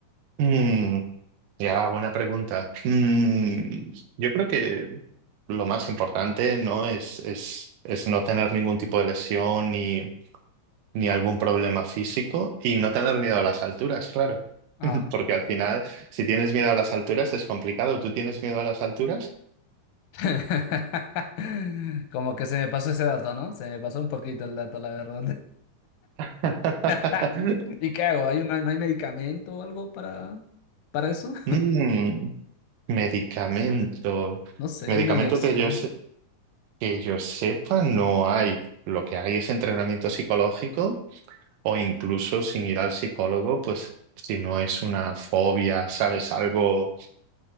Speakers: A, on the right; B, on the left.
A: mm. Ya, buena pregunta. Mm, yo creo que lo más importante, ¿no? Es, es, es no tener ningún tipo de lesión ni, ni algún problema físico y no tener miedo a las alturas, claro.
B: Ah.
A: <laughs> Porque al final, si tienes miedo a las alturas, es complicado. ¿Tú tienes miedo a las alturas?
B: <laughs> Como que se me pasó ese dato, ¿no? Se me pasó un poquito el dato, la verdad.
A: <laughs>
B: <laughs> ¿Y qué hago? ¿Hay un- no hay no medicamento o algo para, para eso? <laughs>
A: Mm, medicamento.
B: No sé,
A: Medicamento
B: una inyección.
A: que yo, se- que yo sepa, no hay. Lo que hay es entrenamiento psicológico O incluso sin ir al psicólogo, pues si no es una fobia, ¿sabes? Algo,